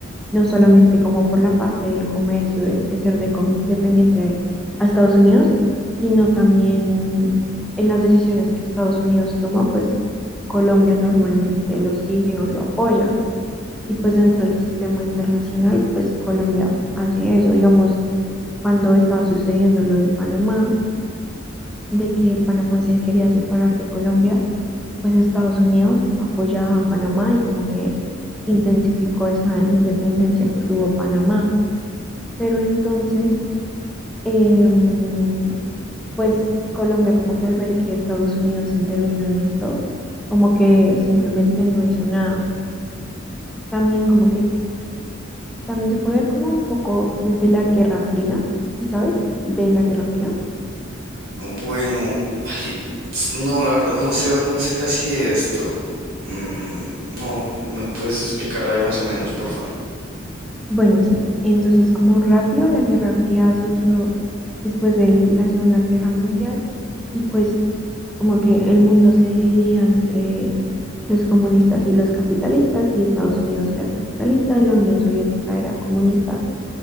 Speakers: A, in the centre; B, on the right.
A: no solamente como por la parte del comercio, de, de ser de- com- dependiente a Estados Unidos, sino también en las decisiones que Estados Unidos toma, pues Colombia normalmente lo sigue o lo apoya. Y pues dentro del sistema internacional, pues Colombia hace eso. Digamos, cuando estaba sucediendo lo de Panamá, de que Panamá se quería separar de Colombia, pues Estados Unidos apoya a Panamá y como que intensificó esa independencia que tuvo Panamá. Pero entonces, em, pues Colombia como que al ver que Estados Unidos intervino en esto, como que simplemente no hizo nada. También como que también se puede ver como un poco desde la Guerra Fría, ¿y sabes? De la Guerra Fría.
B: Bueno, ay, no, la verdad no sé, no sé casi de esto. Mm, no, ¿me puedes explicar ahí más o menos, por favor?
A: Bueno, sí, entonces como rápido la Guerra Fría surgió después de la Segunda Guerra Mundial y pues como que el mundo se dividía entre los comunistas y los capitalistas y Estados Unidos era capitalista y la Unión Soviética era comunista